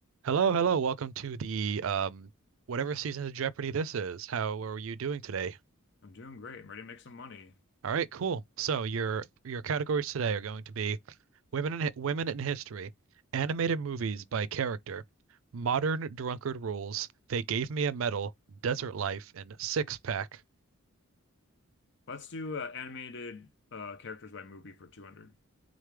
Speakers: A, on the right (about 70°); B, on the left (about 55°).
A: Hello, hello. Welcome to the um whatever season of Jeopardy this is. How are you doing today?
B: I'm doing great. I'm ready to make some money.
A: All right, cool. So your your categories today are going to be women in hi- women in history, animated movies by character, modern drunkard rules, they gave me a medal, desert life, and six pack.
B: Let's do uh, animated uh, characters by movie for 200.